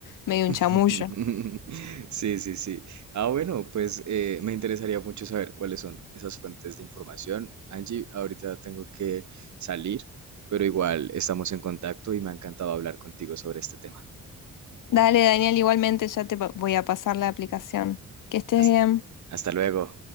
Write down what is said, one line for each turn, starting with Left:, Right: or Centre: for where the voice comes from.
Left: medio un
Right: <laughs>
Left: chamullo.
Right: Sí, sí, sí. Ah, bueno, pues eh, me interesaría mucho saber cuáles son esas fuentes de información. Angie, ahorita tengo que salir, pero igual estamos en contacto y me ha encantado hablar contigo sobre este tema.
Left: Dale, Daniel, igualmente ya te pa- voy a pasar la aplicación. Que estés
Right: Hast-
Left: bien.
Right: hasta luego